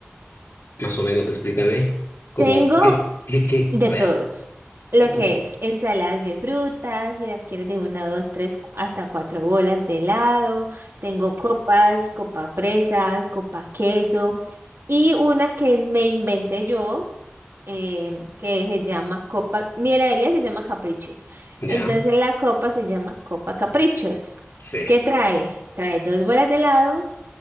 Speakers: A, on the left; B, on the right.
A: más o menos explícame, como,
B: Tengo
A: ¿qué, qué, qué?
B: De
A: Vea.
B: todos. Lo
A: Ujú.
B: que es ensaladas de frutas, si las quieres de una, dos, tres, cu- hasta cuatro bolas de helado. Tengo copas, copa fresas, copa queso. Y una que me inventé yo, eh, que se llama copa, mi heladería se llama Caprichos.
A: Ya,
B: Entonces la copa se llama Copa Caprichos.
A: sí.
B: ¿Qué trae? Trae dos bolas de helado,